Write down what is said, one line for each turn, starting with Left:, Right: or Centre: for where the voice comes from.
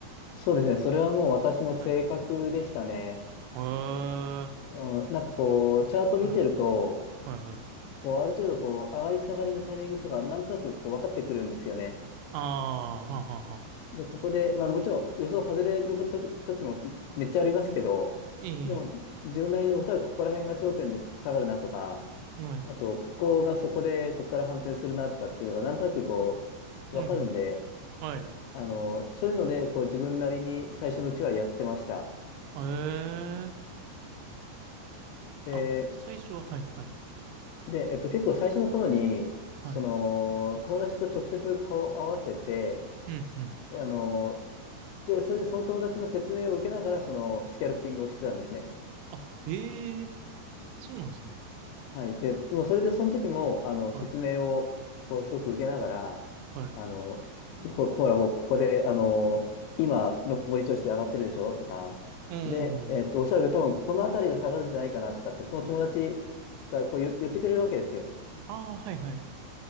Left: そうですね。それはもう私の性格でしたね。
Right: はい。へえ、は
Left: うん、なんかこう、チャート見てると、
Right: い、はい、はい。
Left: こう、ある程度こう、上がり下がりのタイミングとか、なんとなくこう、分かってくるんですよね。
Right: ああ、はんはんはん。
Left: で、ここで、まあもちろん予想外れること、時もいめっちゃありますけど、
Right: ええ、
Left: でも自分なりにおそらくここら辺が頂点で下がるなとか、
Right: はい、
Left: あと、ここがそこで、ここから反転するなとかっていうのが、なんとなくこう、
Right: うん、
Left: 分かるんで、
Right: はい。
Left: あの、そういうので、こう自分なりに最初のうちはやってました。
Right: ええ、
Left: で、
Right: あ、最初は、はい、はい、
Left: で、えっと、結構最初の頃に、
Right: はい。
Left: その、友達と直接顔を合わせて、
Right: うん、うん。
Left: であの、で、それでその友達の説明を受けながら、その、スキャルピングをしてたんですね。
Right: あ、へえ、そうなんですね。
Left: はい。で、もうそれでその時も、あの、説明を、
Right: はい、
Left: こう、すごく受けながら、
Right: はい。
Left: あの、こ、ほら、ここで、あの、今、上り調子で上がってるでしょとか、
Right: お
Left: で、えっと、
Right: ー、
Left: おそらく多分、この辺りで下がるんじゃないかなとかって、その友達がこう言、言ってくれるわけですよ。
Right: ああ、はい、はい。